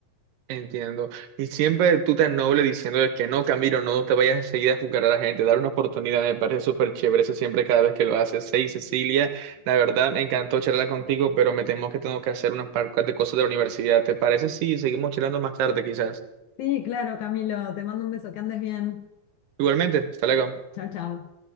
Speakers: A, on the right; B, on the left.
A: Entiendo. Y siempre tú tan noble diciendo de que no, Camilo, no te vayas enseguida a juzgar a la gente, dar una oportunidad, me parece súper chévere eso siempre cada vez que lo haces. Sí, Cecilia, la verdad me encantó charlar contigo, pero me temo que tengo que hacer unas par de cosas de la universidad. ¿Te parece? Sí, seguimos charlando más tarde quizás.
B: Sí, claro, Camilo, te mando un beso, que andes bien.
A: Igualmente, hasta luego.
B: Chao, chao.